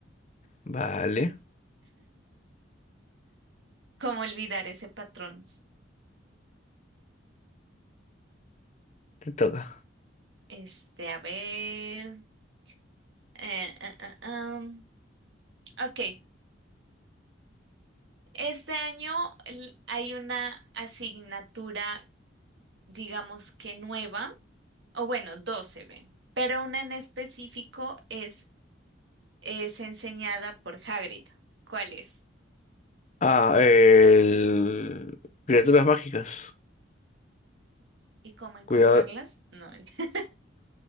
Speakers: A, on the left; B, on the right.
A: Vale,
B: ¿Cómo olvidar ese patrón?
A: te toca.
B: Este, a ver. eh, ah, ah, ah. Ok. Este año l- hay una asignatura, digamos que nueva, o bueno, dos se ven, pero una en específico es es enseñada por Hagrid. ¿Cuáles?
A: Ah, el... Criaturas mágicas.
B: ¿Y cómo encontrarlas?
A: Cuidado.
B: No. ent-